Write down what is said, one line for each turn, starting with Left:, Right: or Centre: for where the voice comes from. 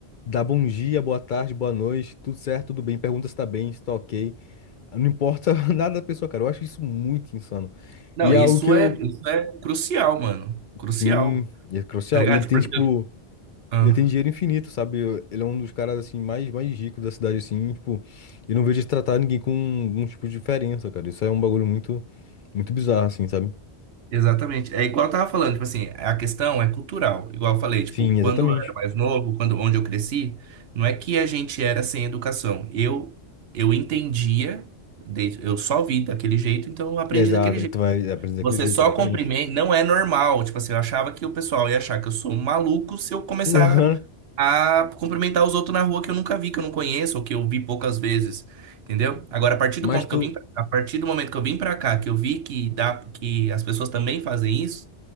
Left: Dá bom dia, boa tarde, boa noite, tudo certo, tudo bem, pergunta se tá bem, se tá ok. Não importa <laughs> nada da pessoa, cara. Eu acho isso muito insano.
Right: Não,
Left: E é
Right: isso
Left: algo que eu.
Right: é, isso é crucial, mano, crucial,
Left: Sim, é crucial.
Right: tá ligado?
Left: E ele tem,
Right: Porque...
Left: tipo.
Right: Ah.
Left: Ele tem dinheiro infinito, sabe? Eu- Ele é um dos caras, assim, mais, mais ricos da cidade, assim, tipo. E não vejo ele tratar ninguém com algum tipo de diferença, cara. Isso é um bagulho muito. Muito bizarro, assim, sabe?
Right: Exatamente. É igual eu tava falando, tipo assim, a questão é cultural. Igual eu falei, tipo,
Left: Sim,
Right: quando
Left: exatamente.
Right: eu era mais novo, quando onde eu cresci, não é que a gente era sem educação. Eu eu entendia, desde- eu só vi daquele jeito, então eu aprendi
Left: Exato.
Right: daquele jeito.
Left: e Tu vai aprender daquele
Right: Você
Left: jeito,
Right: só
Left: exatamente.
Right: cumprimenta, não é normal. Tipo assim, eu achava que o pessoal ia achar que eu sou um maluco se eu começar
Left: <laughs> Aham.
Right: a cumprimentar os outros na rua que eu nunca vi, que eu não conheço, ou que eu vi poucas vezes. Entendeu? Agora, a partir
Left: Mas
Right: do ponto
Left: tu.
Right: que eu vim pra, a partir do momento que eu vim pra cá, que eu vi que dá, que as pessoas também fazem isso.